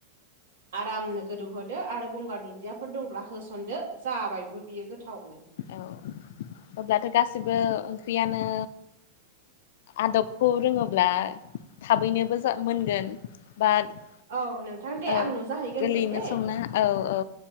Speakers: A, on the right; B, on the left.
A: आरामनो गोदौहोदो आरो गंगार दुन्दियाफोर दंब्ला होसनदो जाबायबो बियो गोथावनो
B: औ अब्लाथ' गासिबो ओंख्रियानो आदबखौ रोङोब्ला थाबैनोबो जा मोनगोन बाट
A: औ नोंथां दे
B: औ
A: आंनाव जाहैगोन
B: गोरलैयैनो
A: दे दे
B: समना औ औ